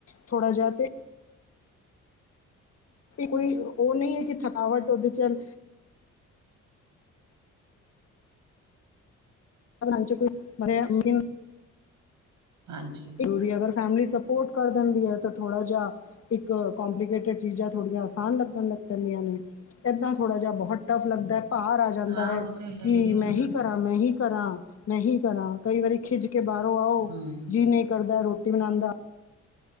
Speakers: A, on the left; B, on the right.
A: ਥੋੜਾ ਜੇਆ ਤੇ ਕੋਈ ਓ ਨਈ ਆ ਕਿ ਥਕਾਵਟ ਓਦੇ ਚ <unintelligible>
B: ਹਾਂਜੀ।
A: ਜਰੂਰੀ ਅਗਰ ਫੈਮਿਲੀ ਸਪੋਰਟ ਕਰ ਦੇਂਦੀ ਆ ਤਾਂ ਥੋੜਾ ਜੇਆ ਇੱਕ ਕੰਪਲੀਕੇਟਿਡ ਚੀਜ਼ਾਂ ਥੋੜੀਆਂ ਆਸਾਨ ਲੱਗਣ ਲੱਗ ਪੈਂਦੀਆਂ ਨੇ ਏਦਾਂ ਥੋੜਾ ਜੇਆ ਬਹੁਤ ਟੱਫ ਲੱਗਦੈ ਭਾਰ ਆ ਜਾਂਦੈ
B: ਹਾਂ ਉਹ ਤੇ ਹੈ
A: ਕੀ
B: ਹੈ
A: ਮੈਂ ਹੀ ਕਰਾਂ ਮੈਂ ਹੀ ਕਰਾਂ, ਮੈਂ ਹੀ ਕਰਾਂ ਕਈ ਵਾਰੀ ਖਿਝ ਕੇ ਬਾਰੋਂ ਆਓਂ
B: ਹਮ
A: ਈ ਨਈ ਕਰਦੈ ਰੋਟੀ ਬਣਾਣ ਦਾ।